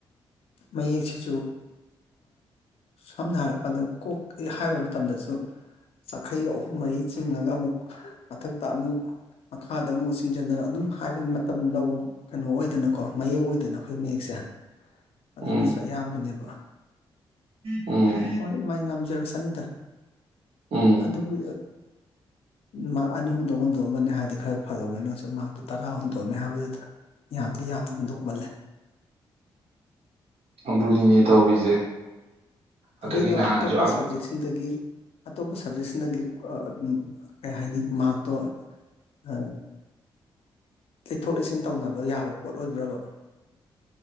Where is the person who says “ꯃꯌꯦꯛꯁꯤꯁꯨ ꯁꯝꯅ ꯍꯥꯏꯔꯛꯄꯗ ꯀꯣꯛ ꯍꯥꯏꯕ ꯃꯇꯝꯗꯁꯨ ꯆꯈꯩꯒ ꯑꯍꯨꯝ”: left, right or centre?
Left